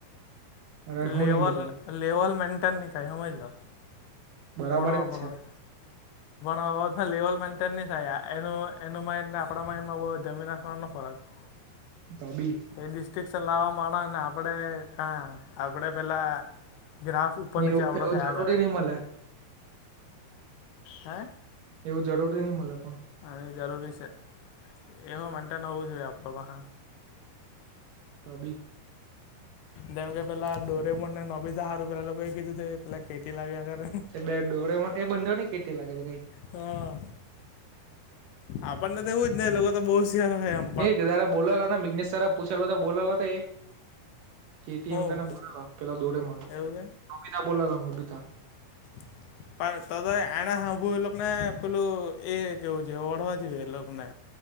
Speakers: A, on the right; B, on the left.
A: અરે હું
B: લેવલ
A: નહી મજા આવે
B: લેવલ મેન્ટેન નહી થાય સમજ જાઓ
A: બરાબર
B: ભણવા
A: જ
B: પર
A: છે
B: હોય પણ હવે તો લેવલ મેન્ટેન નહી થાય એનું માઇડ આપણા માઈંડમાં જમીન આસમાન નો ફરક <unintelligible>
A: તો બી
B: એ ડિસ્ટ્રિકશન લાવવા માંણસ ને આપડે કા આપડે પેલા ગ્રાફ ઉપર
A: ને
B: નીચે
A: એવું
B: આવડો
A: એવું
B: થયા
A: જરૂરી
B: કરે,
A: નહી મળે
B: હે.
A: એવું જરૂરી નહી મલે પણ
B: અને એ જરૂરી છે એવું મેન્ટેન હોવું જોઈએ આપણ પા
A: તોભી
B: ધેમ કે પેલા ડોરેમોન ને નોબીતાારું પેલા લોકો કીધું તે પેલા કેટી લાવ્યાગરે
A: એ બે ડોરેમોન એ બંધો ની કેટી લાગેલી કઈ
B: હા આપણને તો એવું જ હી લોકો તો બહુ શયાર હોય એમ્
A: <unintelligible> પૂછેલ તો બોલાલા તે <unintelligible>
B: હું
A: બોલાલો પેલા દોડે મન
B: એવું
A: નોબિતા બોલલો નોબીતા
B: <inaudible> ત એના સાાંભુ એ લોકોને પેલું એ કેવું જોઈ <unintelligible> વળવા જે એ લોકો ને